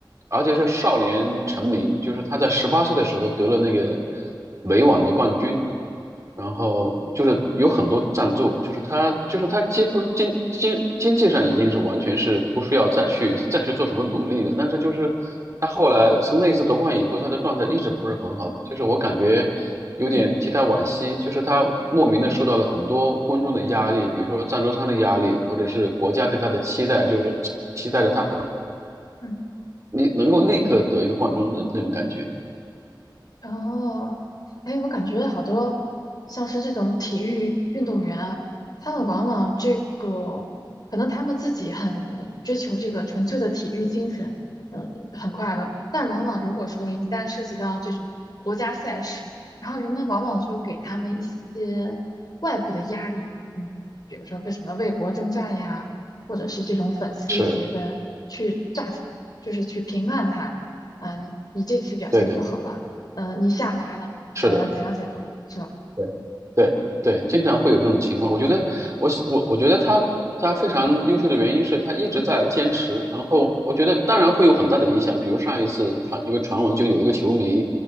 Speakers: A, on the right; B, on the left.
A: 而且是少年成名，就是他在十八岁的时候得了那个美网的冠军，然后就是有很多赞助，就是他就是他几乎经经经济上已经是完全是不需要再去再去做什么努力的，但是就是他后来从那一次夺冠以后，他的状态一直不是很好，就是我感觉有点替他惋惜，
B: 嗯
A: 就是他莫名的受到了很多观众的压力，比如说赞助商的压力，或者是国家对他的期待，就是期待着他
B: 嗯。
A: 你能够立刻得一个冠军的那种感觉。
B: 哦，哎，我感觉好多像是这种体育运动员啊，他们往往这个可能他们自己很追求这个纯粹的体育精神，嗯，很快乐。但往往如果说一旦涉及到这种国家赛事，然后人们往往就给他们一些外部的压力，嗯，比如说为什么为国征战呀，或者是这种粉丝觉得去炸
A: 是
B: u 他们，就是去评判他，啊、你你这次表现不好了。
A: 对的，
B: 嗯，你下滑了，
A: 是的。
B: 呃，怎样怎样的，是吧？
A: 对对对，
B: 嗯
A: 经常会有这种情况。我觉得，我喜我我觉得他他非常优秀的原因是他一直在坚持。然后我觉得，当然会有很大的影响。
B: 嗯
A: 比如上一次传一个传闻，就有一个球迷，